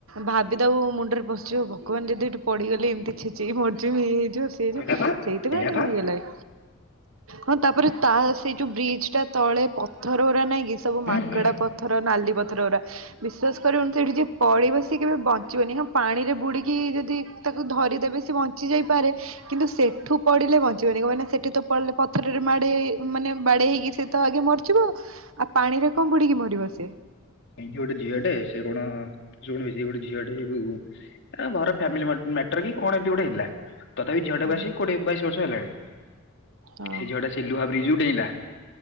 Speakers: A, on the right (about 85°); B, on the left (about 60°).
A: ଭାବିଦବୁ ମୁଣ୍ଡରେ ପଶିଯିବ ଭଗବାନ ଯଦି ଏଠି ପଡିଗଲି ଏମିତି ଛେଚି ହେଇ ମରିଯିବି। ଯୋଉ ସିଏ
B: ସଇଲା
A: ଯୋଉ
B: ପା
A: ସେଇଥିପାଇ
B: ସେଇଆ
A: ଟିକେ
B: ପା
A: ଇଏ ଲାଗେ। ହଁ ତାପରେ ତା ସେ ଯୋଉ ବ୍ରିଜ ଟା ତଳେ ପଥର ଗରା ନାଇଁକି ଏ ସବୁ
B: ହୁଁ
A: ମାଙ୍କଡା
B: ହୁଁ
A: ପଥର ନାଲି ପ ଥର ଗୁଡା ବିଶ୍ୱାସ କରିବନି ସେଠି ଯିଏ ପଡିବ ସିଏ କେବେ ବଞ୍ଚିବନି ହଁ ପାଣିରେ ବୁଡିକି ଯଦି ତାକୁ ଧରିଦେବେ ସେ ବଞ୍ଚି ଯାଇପାରେ କିନ୍ତୁ ସେଠୁ ପଡିଲେ ବଞ୍ଚିବନି କଣ ପାଇଁ ନାଁ ସେଠି ତ ପଡିଲେ ପଥରରେ ମାଡେଇ ମାନେ ବାଡେଇ ହେଇକି ସେ ତ ଆଗେ ମରିଯିବ ଆଉ ଆଉ ପାଣିରେ କଣ ବୁଡିକି ମରିବ ସେ।
B: ଏଇଟି ଗୋଟେ ଝିଅ ଟେ ସେ କଣ ଶୁଣ ବେ ସିଏ ଗୋଟେ ଝିଅଟେ ଯଉ ତାଙ୍କ ଘର ଫ୍ୟାମିଲି ମ୍ୟାଟର କି କଣ ଏମିତି ଗୋଟେ ହେଇଥିଲା ତଥାପି ଝିଅଟାକୁ
A: ହୁଁ
B: ଆସି କୋଡିଏ, ବାଇଶ ସେ ସାରିଲାଣି।
A: ହଁ
B: ସେ ଝିଅ ଟା ସେ ଲୁହା ବ୍ରିଜରୁ ଡେଇଁଲା